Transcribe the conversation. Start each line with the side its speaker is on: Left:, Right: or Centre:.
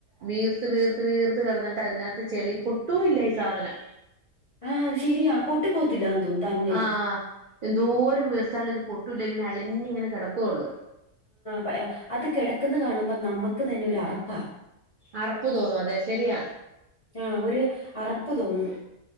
Right: വീർത്ത് വീർത്ത് വീർത്ത് കിടന്നിട്ട് അതിനകത്ത് ചെളി പൊട്ടൂ ഇല്ല ഈ സാധനം
Left: ആഹ ശരിയാ പൊട്ടി പോവത്തില്ല തോന്നുന്നു തന്നെ
Right: ആ എന്തോരം വീർത്താൽ ഇത് പൊട്ടൂല്ല ഇങ്ങനെ അലിഞ്ഞു ഇങ്ങനെ കെട ക്കുള്ളു
Left: മ് അത് കിടക്കുന്ന കാണുമ്പോ നമ്മുക്ക് തന്നെ ഒരു അറപ്പാ
Right: അറപ്പ് തോന്നും അതെ ശരിയാ
Left: ആ ഒരു അറപ്പ് തോന്നും